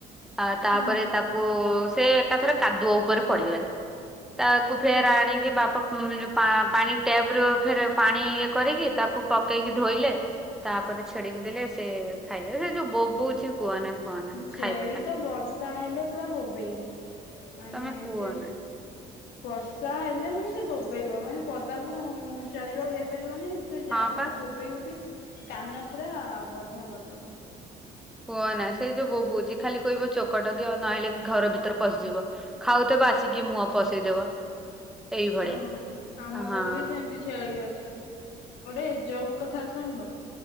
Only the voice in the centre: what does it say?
ଆ ତାପରେ
ତାକୁ ସେ ଏକାଥର କାଦୁଅ ଉପରେ ପଡିଗଲା। ତାକୁ ଫେର ଆଣିକି ବାପାଉ ପାଣି ଟ୍ୟାବ ରୁ ଫେର ପାଣି ଇଏ କରିକି ତାକୁ ପକେଇକି ଧୋଇଲେ ତାପରେ ଛେଡିିକୁ ଦେଲେ ସେ ଖାଇଲେ ସେ ଯୋଉ ବୋବଉଛି କୁହନା। କୁହନା
ଖାଇବା ପାଇଁ
ତମେ କୁହନା।
ହଁ ପା
କୁହ ନା ସେ ଯୋଉ ବୋବୋଉଛି ଖାଲି କହିବ ଚୋକଟ ଦିଅ ନହେଲେ କି ଘର ଭିତରେ ପଶିଯିବ। ଖାଉଥିବ ଆସିକି ମୁହଁ ପସେଇଦବ। ଏଇଭଳିଆ
ହଁ